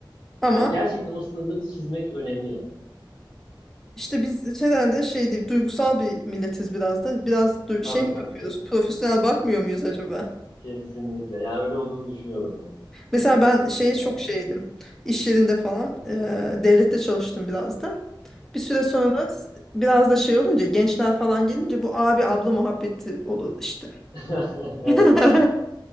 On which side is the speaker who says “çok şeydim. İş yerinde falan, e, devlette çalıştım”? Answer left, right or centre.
Centre